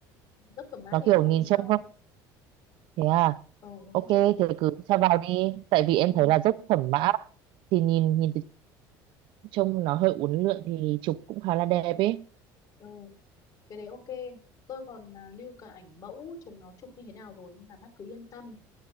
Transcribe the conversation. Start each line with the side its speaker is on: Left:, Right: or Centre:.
Left: dốc Thẩm Mã
Right: nó
Left: thì
Right: kiểu
Left: phải hôm
Right: nhìn
Left: sau
Right: trông không thế à
Left: ờ hôm
Right: ok
Left: chủ
Right: thế
Left: nhật
Right: cứ cho vào đi tại vì em
Left: ừ
Right: thấy là dốc Thẩm Mã thì nhìn nhìn từ trông nó hơi uốn lượn thì chụp cũng khá là đẹp ấy
Left: ờ cái đấy ok tôi còn à, lưu cả ảnh mẫu chúng nó chụp như thế nào rồi nhưng mà bác cứ yên tâm